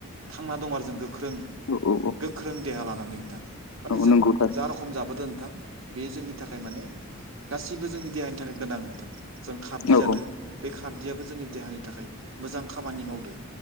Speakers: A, on the right; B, on the left.
A: थांना दं आरो जों गोख्रों
B: औ औ
A: गो- ख्रों देहा लानानै नोंथां। माने
B: औ
A: जों
B: नंगौ थारैनो
A: जा रख- खम जाबोदों नोंथां बे जोंनि थाखाय माने गासिबो जोंनि देहानि थाखाय गोनां नोंथां। जों खारदि
B: औ
A: जादो
B: औ
A: बे खारदियाबो जोंनि देहानि थाखाय मोजां खामानि मावदो।